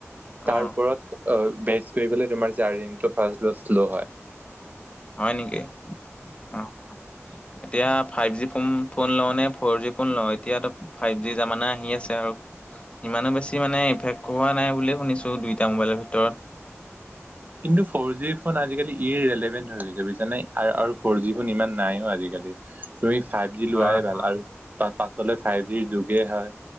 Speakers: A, on the left; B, on the right.
A: অ',
B: তাৰ ওপৰত বেচ কৰিবলৈ তোমাৰ চাৰ্জিংটো ফাৰ্ষ্ট বা শ্ল' হয়।
A: হয় নেকি? অ'। এতিয়া, ফাইভ জি ফোন, ফোন লওঁ নে, ফ'ৰজি ফোন লওঁ? এতিয়াটো দেখোঁ ফাইভ জি জামানা আহি আছে আৰু। ইমানো বেছি মানে, ইফেক্ট কৰোৱা নাই বুলিয়ে শুনিছোঁ দুইটা মোবাইলৰ ভিতৰত।
B: কিন্তু, ফ'ৰ জি ফোন আজিকালি ই ৰেলেভেণ্ট হৈ গৈছে বুজিছানে, আৰ, আৰু ফ'ৰ জি ফোন ইমান নাইয়ো আজিকালি। তুমি ফাইভ জি লোৱাই
A: হয়
B: ভাল,
A: হয়।
B: আৰু পা পাছলৈ ফাইযি যুগে হয়।